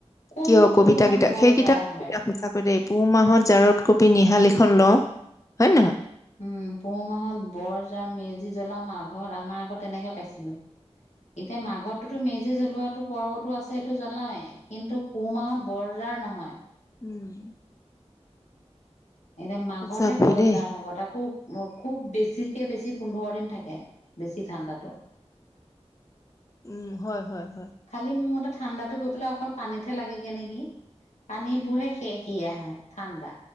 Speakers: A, on the left (about 85°); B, on the left (about 30°).
A: কোননো
B: কিয়
A: পুহ
B: কবিতা
A: মাহত
B: কিতাপ
A: বৰজাৰ
B: সেই কিতাপ
A: হয়।
B: সঁচাকৈ পুহ মাহত জাৰত কপি নিহালিখন লওঁ হয়ে নহয়।
A: উম পোহ মাহত বৰজ আৰু মেজি জ্বলাও ম আঘৰত আমাৰ আগত তেনেকে পাইছিলো। এতিয়া মাঘত। তো মেজি জ্বলোৱাতটো পৰ্বতো আছে এইটো জ্বলাৱেই কিন্তু পুহ মাহত বৰজাৰ নহয়।
B: উম।
A: এতিয়া মাঘতহে
B: সঁচাকৈ
A: বৰজাৰ
B: দেই।
A: হব তাকো খুব বেছিকৈ বেছি পোন্ধৰ দিন থাকে বেছি ঠাণ্ডাটো।
B: উম হয় হয়।
A: খালি মোৰ মতে ঠাণ্ডাটো গৈ পেলাই অকল পানীতহে লাগেগে নেকি? পানীবোৰহে সে সীয়া হয় ঠাণ্ডা